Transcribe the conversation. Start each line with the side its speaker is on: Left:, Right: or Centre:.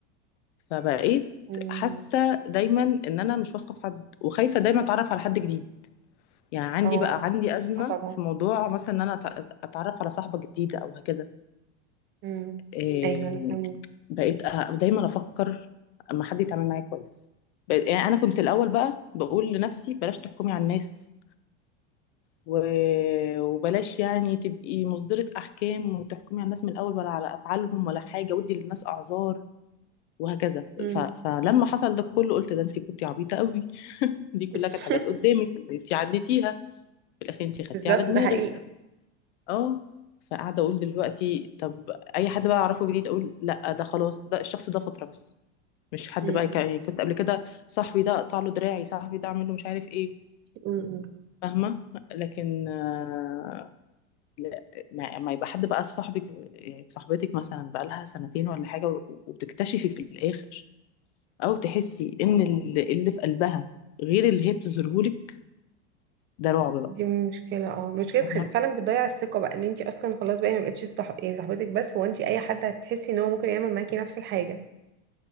Left: فبقيت
Right: مم.
Left: حاسة دايما ان انا مش واثقة في حد وخايفة دايما اتعرف على حد جديد يعني عندي
Right: اه
Left: بقى عندي أزمة
Right: اه طبعا
Left: في موضوع مثلا إن أنا أت- أتعرف على صاحبة جديدة أو هكذا
Right: مم.
Left: إيه،
Right: ايوه انا فاهمة
Left: بقيت أ- دايما أفكر أما حد يتعامل معايا كويس بقيت- يعني أنا كنت الأول بقى بقول لنفسي بلاش تحكمي على الناس و- وبلاش يعني تبقي مصدرة أحكام وتحكمي على الناس من الأول ولا على أفعالهم ولا حاجة ودي للناس أعذار وهكذا
Right: مم.
Left: ف... فلما حصل ده كله قلت ده انت كنتي عبيطة قوي <laughs> دي كلها
Right: <laughs>
Left: كانت حاجات قدامك انت عديتيها في الأخير انت خدتي
Right: بالظبط
Left: على دماغك
Right: ده حقيقي
Left: اه فقاعده اقول دلوقتي طب اي حد بقى اعرفه جديد اقول لا ده خلاص ده الشخص ده فتره بس مش حد
Right: مم.
Left: بقى يك- يعني كنت قبل كده صاحبي ده اقطع له دراعي صاحبي ده اعمل له مش عارف ايه
Right: مم.
Left: فاهمه لكن آه، لا ما, ما يبقى حد بقى صاحبك يعني صاحبتك مثلا بقى لها سنتين ولا حاجه و- وتكتشفي في الاخر او تحسي ان اللي اللي في قلبها غير اللي هي بتظهرهولك ده رعب بقى
Right: دي مشكلة اه مشكلة
Left: فاهمه
Right: خل... فعلا بتضيع الثقة بقى اللي انت اصلا خلاص بقى ما بقتش صح... يعني صاحبتك بس هو انت اي حد هتحسي ان هو ممكن يعمل معاكي نفس الحاجة